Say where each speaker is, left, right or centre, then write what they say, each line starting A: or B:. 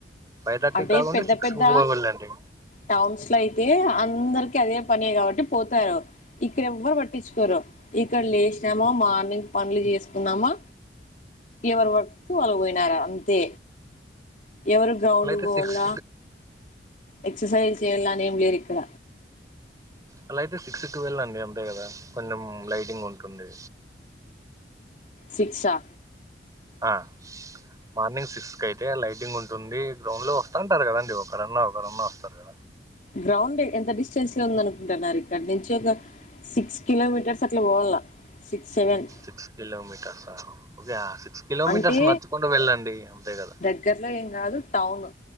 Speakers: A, on the right; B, on the left.
A: ఫైవ్ థర్టీకి
B: అంటే
A: కాకుండా
B: పెద్ద
A: సిక్స్
B: పెద్ద
A: కి పోవళ్ళండి
B: టౌన్స్ లో అయితే అందరికి అదే పని కాబట్టి పోతారు ఇక్కడ ఎవ్వరు పట్టించుకోరు ఇక్కడ లేసినామా మార్నింగ్ పనులు చేసుకున్నామా ఎవరు వర్క్ కు వాళ్ళు పోయినారా అంతే ఎవరు గ్రౌండ్
A: అలా అయితే
B: కు పోవాళ్ళ
A: సిక్స్
B: ఎక్సర్సైజ్ చేయాళ్లా అని ఏం లేదు ఇక్కడ
A: అలా అయితే సిక్స్ టు వెళ్ళండి అంతే కదా కొంచెం లైటింగ్ ఉంటుంది
B: సిక్స్ ఆ
A: ఆ మార్నింగ్ సిక్స్ కి అయితే లైటింగ్ ఉంటుంది గ్రౌండ్ లో వస్తంటారు కదండి ఒకరన్నా ఒకరన్నా వస్తారు కదా
B: గ్రౌండ్ ఎంత డిస్టెన్స్ లో ఉంది అనుకుంటున్నారు ఇక్కడ నుంచి ఒక సిక్స్ కిలోమీటర్స్ అట్లా పోవాళ్లా సిక్స్ సెవెన్
A: సిక్స్ కిలోమీటర్సా ఓకే ఆ సిక్స్ కిలోమీటర్స్
B: అంటే
A: నచ్చకుండా వెళ్ళండి అంతే కదా
B: దగ్గరలో ఏం కాదు టౌను